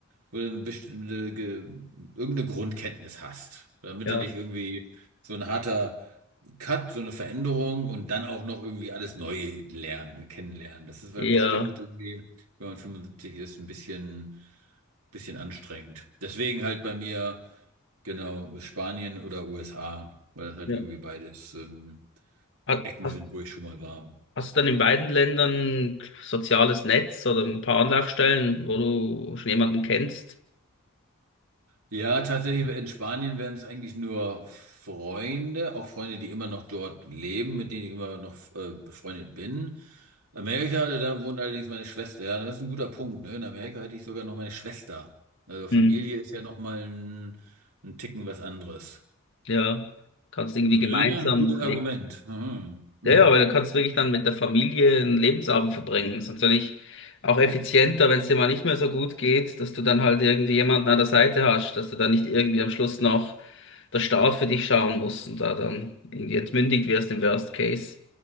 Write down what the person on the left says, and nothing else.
Ja,
ja,
ja.
Ha-
Hast,
hast du dann in beiden Ländern soziales Netz oder ein paar Anlaufstellen, wo du schon jemanden kennst?
Hm.
Ja, kannst irgendwie
gemeinsam
leben.
Ja, ja, weil du kannst wirklich dann mit der Familie einen Lebensabend verbringen. Ist natürlich auch effizienter, wenn es dir mal nicht mehr so gut geht, dass du dann halt irgendwie jemanden an der Seite hast, dass du dann nicht irgendwie am Schluss noch der Staat für dich schauen musst und da dann irgendwie entmündigt wirst im Worst Case.